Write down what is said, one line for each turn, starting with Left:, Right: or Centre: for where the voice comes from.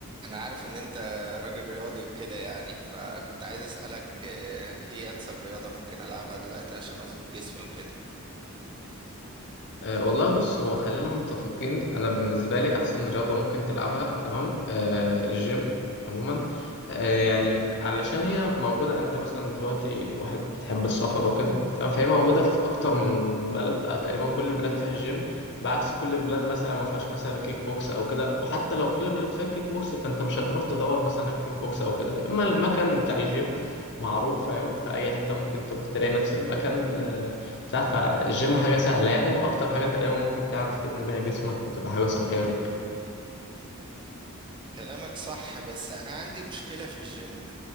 Right: انا عارف ان انت راجل رياضي وكده يعني فكنت عايز اسالك آه، ايه انسب رياضه ممكن العبها دلوقتي عشان اظبط جسمي وكده
Left: أه والله بص هو خلينا متفقين انا بالنسبه لي احسن رياضه ممكن تلعبها تمام أه الجيم عموما أه يعني علشان هي موجوده انت مثلا دلوقتي واحد بتحب السفر وكده تمام فهي موجوده في اكتر من بلد آه، تقريبا كل البلاد فيها الجيم بعكس كل البلاد مثلا ما فيهاش مثلا كيك بوكس او كده وحتى لو كل البلاد فيها كيك بوكس فانت مش هتروح تدور مثلا على كيك بوكس او كده لا اما المكان بتاع الجيم معروف فاهم في اي حته ممكن تروح تلاقي نفس المكان آه، بتاع فالجيم حاجة سهلة يعني وأكتر حاجة تقريبا ممكن تعرف تبني بيها جسمك وتبقى حاجة صحية ليك
Right: كلامك صح بس انا عندي مشكله في الجيم